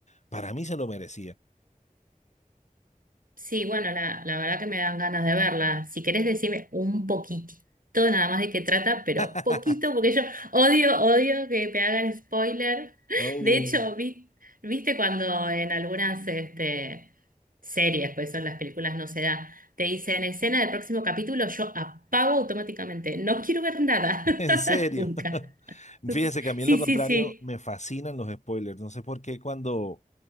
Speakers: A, on the left; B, on the right.
A: para mí se lo merecía.
B: Sí, bueno, la, la verdad que me dan ganas de verla. Si querés decirme un poquitito nada más de qué trata, pero
A: <laughs>
B: poquito, porque yo odio, odio que me hagan spoiler. <laughs>
A: Oh.
B: De hecho, vi- viste cuando en algunas este, series, pues son las películas, no se da, te dicen escena del próximo capítulo, yo apago automáticamente. No quiero ver nada,
A: En serio.
B: <laughs> nunca.
A: <laughs> Fíjese que a mí
B: Sí,
A: en lo contrario
B: sí, sí.
A: me fascinan los spoilers. No sé por qué cuando